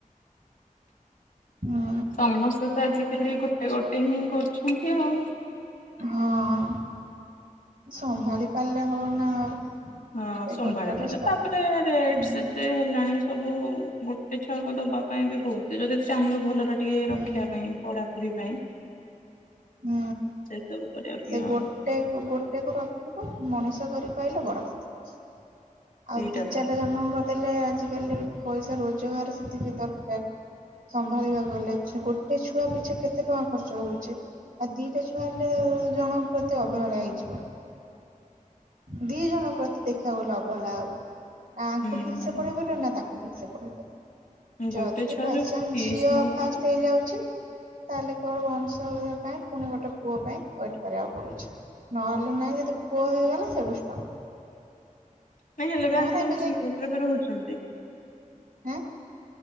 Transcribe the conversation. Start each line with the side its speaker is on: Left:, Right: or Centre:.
Right: ନା।
Left: ସମସ୍ତେ ତ ଆଜିକାଲି ଗୋଟେ ଗୋଟେ ହିଁ କରୁଛନ୍ତି ଆଉ।
Right: ହଁ ସମ୍ଭାଳି ପାରିଲେ ହବନା ଆଉ।
Left: ହଁ
Right: ସେ
Left: ସମ୍ଭାଳ
Right: ଗୋଟେରେ
Left: ପାରିଲେ
Right: ଷ୍ଟକ୍
Left: ତାପରେ ରେଟ
Right: ହୁଁ
Left: ସତେ ହେଲାଣି ସବୁ ଗୋଟେ ଛୁଆକୁ ଦବା ପାଇଁ ବି ବହୁତ ଯଦି ଚାହିଁ ଭଲରେ ଗୋଟିଏ
Right: ହୁଁ
Left: ରଖିବା ପାଇଁ ପଢାପଢି ପାଇଁ
Right: ହୁଁ।
Left: ସେ ସବୁ କରିବାକୁ
Right: ସେ
Left: ହିଁ
Right: ଗୋଟେ
Left: ଆଉ
Right: ଗୋଟେ କୁ ରଖିବୁ ମଣିଷ କରି ପାଇଲେ ବଡକଥା।
Left: ସେଇଟା
Right: ଆଉ ଦି
Left: ତ
Right: ଚାରଟା ଜନ୍ମ କରିଦେଲେ ଆଜିକାଲି ପଇସା ରୋଜଗାର ସେତିକି ଦରକାର ସମ୍ଭାଳିବାକୁ ହେଲେ ଗୋଟେ ଛୁଆ ପିଛେ କେତେ ଟଙ୍କା ଖର୍ଚ୍ଚ ହଉଛି ଆଉ ଦିଟା ଛୁଆ ହେଲେ ଜଣଙ୍କ ପ୍ରତି ଅବେହେଳା ହେଇଯିବ। ଦୁଇ ଜଣଙ୍କ ପ୍ରତି ଦେଖିବା ଗଲେ ଅବେହେଳା ହବ। ନା ଆଙ୍କୁ
Left: ହୁଁ
Right: ଠିକ ସେ ପଢେଇ ପାରିବ ନା ତାକୁ। ଚିକିତ୍ସା କରିବ। ଯଦି
Left: ଗୋଟେ ଛୁଆ
Right: ବାଇଚାନ୍ସ
Left: ଯୋଉ ଫିସ୍
Right: ଝିଅ
Left: ନଉଛନ୍ତି
Right: ଫାଷ୍ଟ ହେଇଯାଉଛି ତାହେଲେ କେବଳ ବଂଶ ପାଇଁ ପୁଣି ଗୋଟେ ପୁଅ ପାଇଁ ୱେଟ୍ କରିବାକୁ ପଡୁଛି। ନହେଲେ ନାହିଁ ଯଦି ପୁଅ ହେଇଗଲା ସେଏଠୁ ଷ୍ଟପ୍।
Left: ନ ହେଲେ ବି
Right: ମୋର
Left: ଆଜିକାଲି
Right: ଏବେ
Left: ଝିଅ ଉପରେ ବି ରହୁଛନ୍ତି।
Right: ଆଁ